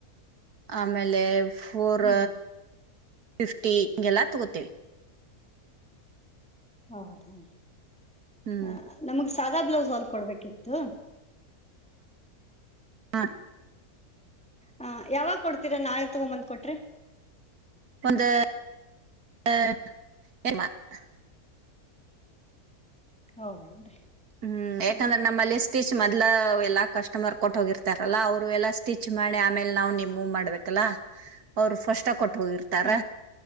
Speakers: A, on the right (about 80°); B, in the centre.
A: ಆಮೇಲೆ ಫೋರ್
B: ಹ್ಮ್
A: ಫಿಫ್ಟಿ ಹಿಂಗೆಲ್ಲಾ ತಗೋತೇವಿ
B: ಹೌದಾ
A: ಹ್ಮ್
B: ಹಾ ನಮಗ್ ಸಾದಾ ಬ್ಲೌಸ್ ಹೊಲ್ದ ಕೊಡ್ಬೇಕಿತ್ತು
A: ಹಾ
B: ಹಾ ಯಾವಾಗ ಕೊಡ್ತೀರಾ ನಾಳೆ ತಗೊಂಬಂದ್ ಕೊಟ್ರೇ
A: ಒಂದು <unintelligible>
B: ಹೌದೇನ್ರಿ
A: ಹ್ಮ್ ಯಾಕಂದ್ರೆ
B: ಹ
A: ನಮ್ಮಲ್ಲಿ ಸ್ಟಿಚ್ ಎಲ್ಲಾ ಕಸ್ಟಮರ್ ಕೊಟ್ಟೋಗಿರ್ತಾರಲ್ಲ ಅವ್ರು ಎಲ್ಲಾ ಸ್ಟಿಚ್ ಮಾಡಿ ಆಮೇಲೆ ನಾವು ನಿಮ್ಮವು ಮಾಡ್ಬೇಕಲ್ಲಾ ಅವ್ರು ಫಸ್ಟ್ ಕೊ ಹೋಗಿತ್ತಾರ
B: ಹಾ